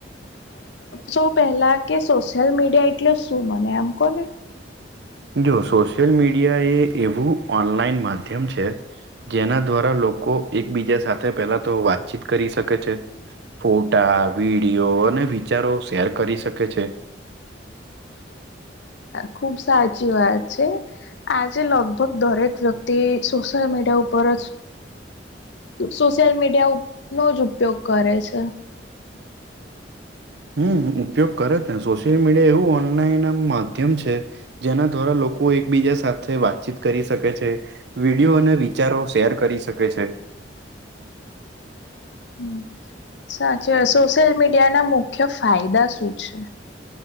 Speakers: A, on the left; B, on the right.
A: સૌ પેલા કે સોશિયલ મીડિયા એટલે શું મને એમ કો ને?
B: જો સોશિયલ મીડિયા એ એવું ઓનલાઈન માધ્યમ છે. જેના દ્વારા લોકો એકબીજા સાથે પેલા તો વાતચીત કરી શકે છે. ફોટા, વિડીયો અને વિચારો શેર કરી શકે છે.
A: ખુબ સાચી વાત છે. આજે લગભગ દરેક વ્ય ક્તિ સોશિયલ મીડિયા ઉપર જ સોશિયલ મીડિયાનો જ ઉપયોગ કરે છે.
B: હમ ઉપયોગ કરે ને, સોશિયલ મીડિયા એવું ઓનલાઈન માધ્યમ છે. જેના દ્વારા લોકો એકબીજા સાથે વાતચીત કરી શકે છે. વિડિઓ અને વિચારો શેર કરી શકે છે.
A: હમ. સાચી સોશિયલ મીડિયાના મુખ્ય ફાયદા શું છે?